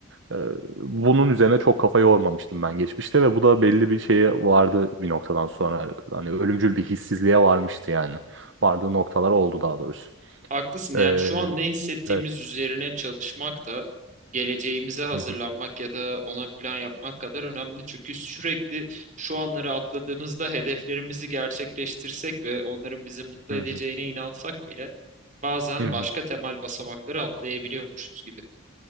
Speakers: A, on the right; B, on the right.
A: E, bunun üzerine çok kafa yormamıştım ben geçmişte ve bu da belli bir şeye vardı bir noktadan sonra. Hani ölümcül bir hissizliğe varmıştı yani. Vardığı noktalar oldu daha doğrusu.
B: Haklısın.
A: E,
B: Yani şu an ne hissettiğimiz
A: evet.
B: üzerine çalışmak da geleceğimize hazırlanmak
A: Hı hı.
B: ya da ona plan yapmak kadar önemli. Çünkü sürekli şu anları atladığımızda hedeflerimizi gerçekleştirsek ve onların bizi mutlu
A: Hı
B: edeceğine
A: hı.
B: inansak bile bazen
A: Hı hı.
B: başka temel basamakları atlayabiliyormuşuz gibi.